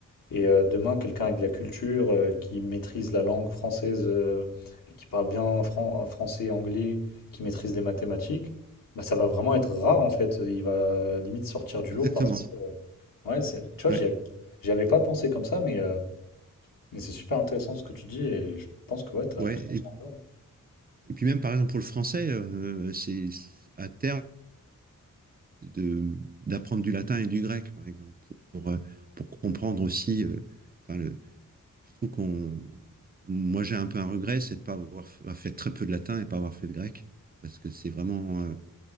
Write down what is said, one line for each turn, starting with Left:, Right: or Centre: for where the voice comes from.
Left: Et euh, demain, quelqu'un avec de la culture, euh, qui maîtrise la langue française, euh, et qui parle bien fran- euh, français, anglais, qui maîtrise les mathématiques, bah, ça va vraiment être rare en fait. Il va euh, limite sortir du
Right: Exactement.
Left: lot parce que, euh, ouais, c'est- tu vois,
Right: Ouais.
Left: j'y av- j'y avais pas pensé comme ça, mais, euh, mais c'est super intéressant ce que tu dis et je pense que ouais, t'as
Right: Ouais.
Left: totalement
Right: Et,
Left: raison.
Right: et puis même par exemple pour le français, euh, c'est à terme de, d'apprendre du latin et du grec, par exemple, pour, euh, pour comprendre aussi. Euh, enfin, le, je trouve qu'on. Moi, j'ai un peu un regret, c'est de ne pas avoir fait, avoir fait, très peu de latin et de pas avoir fait de grec, parce que c'est vraiment. Euh,